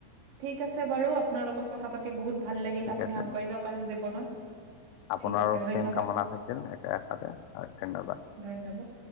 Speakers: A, on the right; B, on the left.
A: ঠিক আছে বাৰু আপোনাৰ লগত কথা পাতি বহুত ভাল লাগিল
B: ঠিক
A: আপুনি
B: আছে
A: আগুৱাই যাওক আৰু জীৱনত
B: আপোনাৰো
A: ঠিক আছে
B: চেম
A: ধন্যবাদ
B: কামনা থাকিল একে আশাতে হয় ধন্যবাদ
A: ধ্যনবাদ